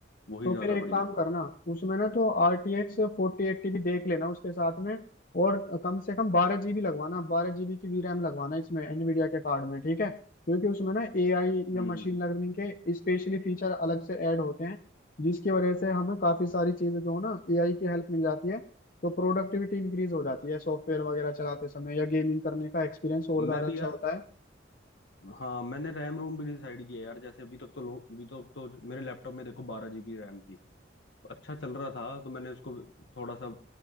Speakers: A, on the left (about 65°); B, on the left (about 45°).
A: वही
B: तो
A: ज्यादा
B: फिर एक
A: बढ़िया
B: काम
A: है
B: करना उसमें ना तो R T X forty eighty भी देख लेना उसके साथ में और कम से कम बारह जीबी लगवाना बारह जीबी की वी रैम लगवाना इसमें एनवीडिया के कार्ड में ठीक है क्योंकि उसमें ना ए आई
A: हम्म
B: या मशीन लर्निंग के स्पेशली फीचर अलग से ऐड होते हैं जिसकी वजह से हमें काफी सारी चीजें जो है ना ए आई की हेल्प मिल जाती है तो प्रोडक्टिविटी इंक्रीज हो जाती है सॉफ्टवेयर वगैरह चलाते समय या गेमिंग करने का एक्सपीरियंस और ज्यादा
A: मैं भी
B: अच्छा
A: यार
B: होता
A: हाँ मैंने रैम रोम भी डिसाइड किया यार जैसे अभी तक तो लोग अभी तक तो मेरे लैपटॉप में देखो बारह जीबी रैम थी अच्छा चल रहा था तो मैंने उसको थोड़ा सा